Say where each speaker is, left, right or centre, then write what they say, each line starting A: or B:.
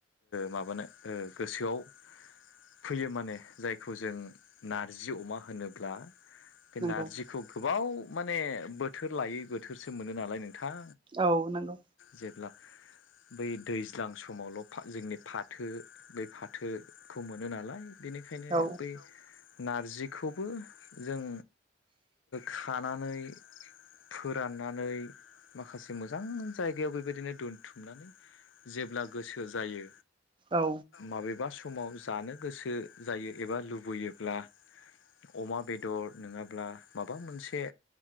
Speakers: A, on the left; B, on the right.
A: माबानो ओ गोसोआव
B: <inaudible>
A: फैयो माने जायखौ जों नारजि अमा होनोब्ला बे
B: नंगौ
A: नारजिखौ गोबाव माने बोथोर लायै बोथोरसो मोनो नालाय नोंथां
B: औ नंगौ
A: जेब्ला बै दैज्लां समावल जोंनि फाथो बै फाथोखौ मोन मोनो नालाय बेनिखायनो
B: औ
A: बै नारजिखौबो जों खानानै फोराननानै माखासे मोजां जायगायाव बेबायदिनो दोनथुमनानै जेब्ला गोसो जायो
B: औ
A: माबेबा समाव जानो गोसो जायो एबा लुबैयोब्ला अमा बेदर नङाब्ला माबा मोनसे